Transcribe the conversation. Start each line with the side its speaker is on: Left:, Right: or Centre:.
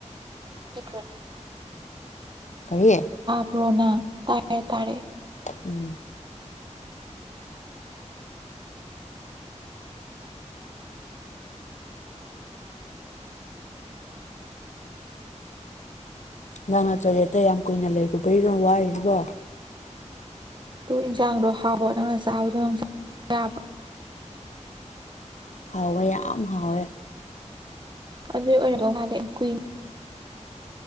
Right: ꯇ
Left: ꯀꯔꯤ
Right: ꯄꯔꯣꯅ ꯇꯔꯦ ꯇꯥꯔꯦ
Left: ꯎꯝ ꯅꯥꯡ ꯅꯆꯣꯔꯤꯦ ꯑꯇꯩ ꯌꯥꯝ ꯀꯨꯏꯅ ꯂꯩꯔꯨꯕꯩꯔꯣ ꯋꯥꯔꯤꯕꯣ
Right: ꯑꯗꯨꯨ ꯏꯟꯁꯥꯡꯗꯣ ꯍꯥꯎꯕ ꯅꯪꯅ ꯆꯥꯕꯗꯣ ꯅ
Left: ꯍꯥꯎꯋꯦ ꯌꯥꯝ ꯍꯥꯎꯋꯦ
Right: ꯑꯗꯨ ꯑꯣꯏꯔꯗ ꯃꯥ ꯀꯨ